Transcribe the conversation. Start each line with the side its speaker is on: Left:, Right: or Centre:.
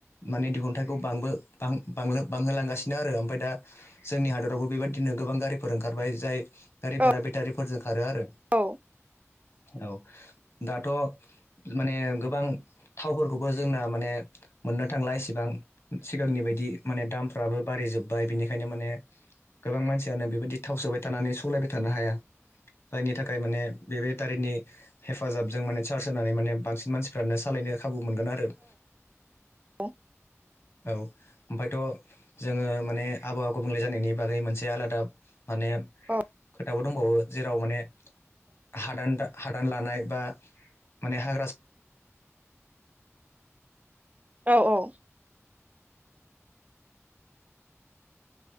Left: माने दिहुनथाइखौ बांबो बा बां बांहोलांगासिनो आरो ओमफ्राय दा जोंनि हादरावबो बेबायदिनो गोबां गारिफोर ओंखारबाय जाय गारिफोरा
Right: औ
Left: बेटारिफोरजों खारो आरो।
Right: औ
Left: औ दाथ' माने गोबां थावफोर खौबो जोंना माने मोननो थांला इसिबां सिगांनि बायदि माने दामफ्राबो बारै जोब्बाय बिनिखायनो माने गोबां मानसियानो बेबायदि थाव सोबाय थानानै सलायबाय थानो हाया जायनि थाखाय माने बे बेटारिनि हेफाजाबजों माने चार्ज होनानै माने बांसिन मानसिफ्रानो सालायनो खाबु मोनगोन आरो
Right: औ
Left: औ ओमफायथ' जोङो माने आबहावा गुबुंले जानायनि बागै मोनसे आलादा माने
Right: औ
Left: खोथाबो दंबावो जेराव माने हादान हादान लानाय बा माने हाग्रा
Right: औ औ